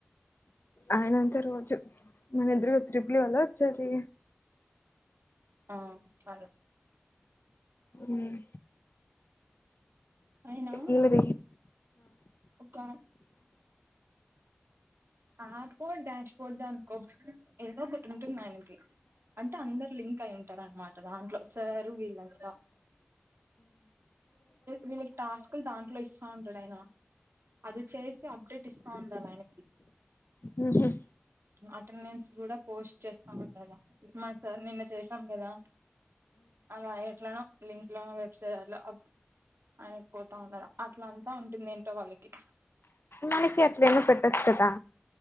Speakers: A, on the left (about 70°); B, on the right (about 80°).
A: ఆయనంత రోజు మన ఇద్దరి ట్రిప్పుల వల్ల వచ్చేది
B: ఆ అదే
A: మ్మ్
B: ఆయన
A: ఇల్లే
B: ఒక ఆ డాన్స్ ప్రోగ్రాం డాష్ బోర్డ్ అనుకో ఏదో ఒకటి ఉంటుంది ఆయనకి అంటే అందరు లింక్ అయి ఉంటారు అన్నమాట దాంట్లో సారు వీళ్ళంతా వీళ్ళకు టాస్క్లు దాంట్లో ఇస్తా ఉంటాడు ఆయనా అది చేసి అప్డేట్ ఇస్తా ఉండాలి ఆయనకి
A: మ్మ్ హ్హ్
B: అటెండెన్స్ కూడా పోస్ట్ చేస్తామన్నాము మా సార్ నిన్న చేసాం కదా అలా ఎట్లానో లింక్ లోన వెబ్సైట్లో అనేపోతా ఉన్నారు అట్ల అంతా ఉంటుంది ఏంటో వాళ్ళకి
A: మనకి అట్ల ఏన్నో పెట్టచ్చు కదా